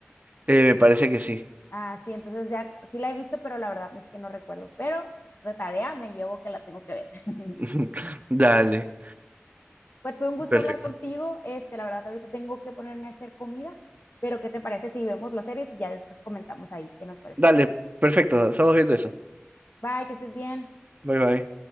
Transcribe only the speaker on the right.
Eh, me parece que sí.
<laughs> Dale,
perfecto.
Dale, perfecto. Estamos viendo eso.
Bye bye.